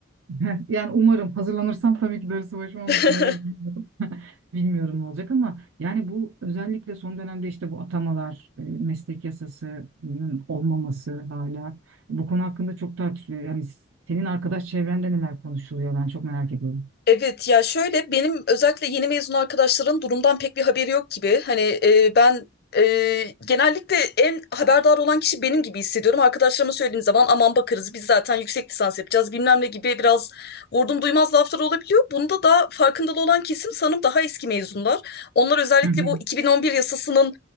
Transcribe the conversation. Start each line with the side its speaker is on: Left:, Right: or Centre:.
Right: <laughs> yani umarım hazırlanırsam tabii ki darısı başıma ama
Left: <laughs>
Right: sınava girmiyorum. <laughs> Bilmiyorum ne olacak ama yani bu özellikle son dönemde işte bu atamalar, e, meslek yasasının olmaması hala bu konu hakkında çok tartışılıyor. Yani senin arkadaş çevrende neler konuşuluyor ben çok merak ediyorum.
Left: Evet ya şöyle benim özellikle yeni mezun arkadaşların durumdan pek bir haberi yok gibi. Hani e, ben e, genellikle en haberdar olan kişi benim gibi hissediyorum. Arkadaşlarıma söylediğim zaman aman bakarız biz zaten yüksek lisans yapacağız bilmem ne gibi biraz vurdum duymaz laflar olabiliyor. Bunda da farkındalı olan kesim sanırım daha eski mezunlar. Onlar özellikle
Right: Hı hı.
Left: bu 2011 yasasının